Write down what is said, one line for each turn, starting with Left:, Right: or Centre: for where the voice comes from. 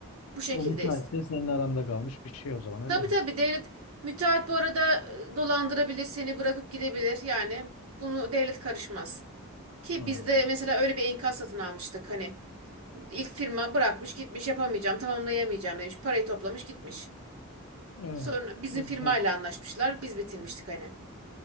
Right: Bu şekildeyiz.
Left: O müteahhitle senin aranda kalmış bir şey o zaman öyle
Right: Tabii
Left: mi?
Right: tabii devlet müteahhit bu arada e, dolandırabilir seni bırakıp gidebilir. Yani bunu devlet karışmaz. Ki
Left: Hı.
Right: bizde mesela öyle bir enkaz satın almıştık hani. İlk firma bırakmış gitmiş yapamayacağım tamamlayamayacağım demiş. Parayı toplamış gitmiş.
Left: Evet.
Right: Sonra bizim
Left: De-
Right: firmayla anlaşmışlar. Biz bitirmiştik hani.